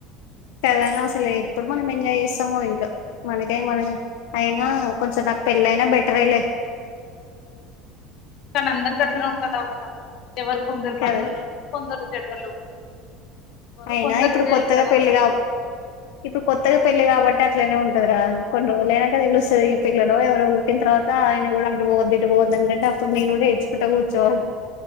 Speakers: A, on the left; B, on the left.
A: కదా అసలు ఎప్పుడు మనం ఎంజాయ్ చేస్తామో ఇంకా మనకే మన అయినా కొంచెం నాకు పెళ్ళ అయినా బెటరే లే
B: కానీ అందరికీ అట్లనే ఉంటదా అక్క ఎవరు కొందరు
A: కదా
B: మంచోళ్ళు కొందరు చెడ్డోళ్ళు ఉంటారు ఎవరో
A: అయినా
B: కొందరు
A: ఇప్పుడు
B: ఎంజాయ్
A: కొత్తగా
B: చేస్తారు
A: పెళ్లి కా ఇప్పుడు కొత్తగా పెళ్లి కాబట్టి అట్లనే ఉంటదిరా కొన్ని రోజులు అయినాక తెలుస్తుంది ఈ పిల్లలో ఎవరో పుట్టిన తర్వాత ఆయన కూడా అటు పోవద్దు ఇటు పోవద్దని అంటంటే అప్పుడు నేను కూడా ఎడ్చుకుంటే కూర్చోవాలి